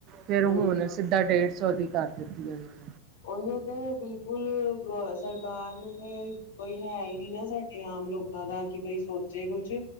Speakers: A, on the right; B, on the left.
A: ਫੇਿਰ
B: ਹੂੰ
A: ਹੁਣ ਸਿੱਧਾ ਡੇਢ ਸੌ ਦੀ ਕਰ ਦਿੱਤੀ ਇਹਨਾਂ ਨੇ।
B: ਉਹੀਆਂ ਤੇ ਬਿਲਕੁਲ। ਸਰਕਾਰ ਨੂੰ ਤੇ ਕੋਈ ਹੈ ਹੀ ਨੀ ਨਾ ਸਾਡੇ ਆਮ ਲੋਕਾਂ ਦਾ ਕਿ ਬਈ ਸੋਚੇ ਕੁਛ।